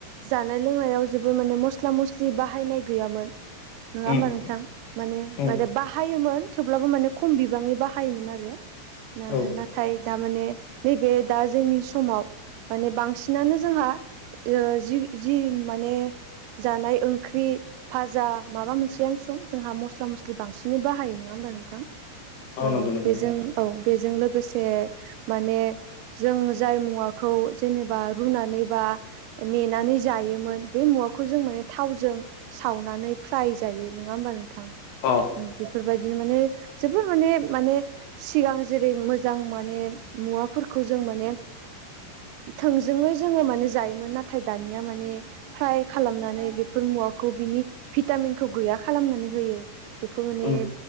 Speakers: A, on the right (about 85°); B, on the left (about 75°).
A: जानाय लोंनायाव जेबो माने मस्ला मस्लि बाहायनाय गैयामोन
B: उम
A: नङा होमबा नोंथां
B: उम
A: माने <unintelligible>
B: औ
A: बाहायोमोन थेवब्लाबो माने खम बिबाङै बाहायोमोन आरो
B: औ
A: ना ना थाय दामाने नैबे दा जोंनि समाव माने बांसिनानो जोंहा जि जि माने जानाय ओंख्रि फाजा माबा मोनसेयानो सम जोंहा मस्ला मस्लि बांसिनै बाहायो नङा होमबा नोंथां औ
B: नंगौ नंगौ
A: बेजों औ बेजों लोगोसे माने जों जाय मुवाखौ जेनेबा रुनानै बा मेनानै जायोमोन बे मुवाखौ जों माने थावजों सावनानै फ्राय जायो नङा होमबा नोंथां
B: नंगौ अ
A: बेफोरबायदिनो माने जोबोर माने माने सिगां जेरै मोजां माने मुवाफोरखौ जों माने थोंजोङै जोङो माने जायोमोन नाथाय दानिया माने फ्राय खालामनानै बेफोर मुवाखौ बिनि भिटामिनखौ गैया खालामनानै होयो बेखौ माने
B: उम